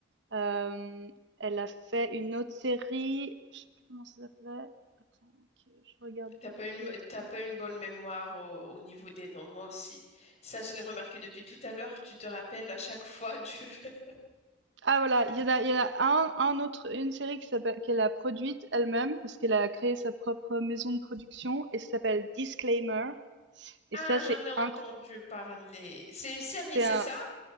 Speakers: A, on the right (about 65°); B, on the left (about 35°).
A: Euh, elle a fait une autre série, je sais plus comment ça s'appelait. Attends, que je regarde
B: T'as
A: vite
B: pas une,
A: Kate
B: t'as
A: Blu-
B: pas une bonne mémoire au, au niveau des noms, moi aussi. Ça, je l'ai remarqué depuis tout à l'heure. Tu te rappelles à chaque fois du... <laughs>
A: Ah voilà, il y en a, il y en a un, un autre, une série qui s'appelle, qu'elle a produite elle-même parce qu'elle a créé sa propre maison de production et ça s'appelle Disclaimer. Et
B: Ah,
A: ça,
B: j'en
A: c'est
B: ai entendu
A: incroyable.
B: parler. C'est une série,
A: C'est
B: c'est
A: un,
B: ça?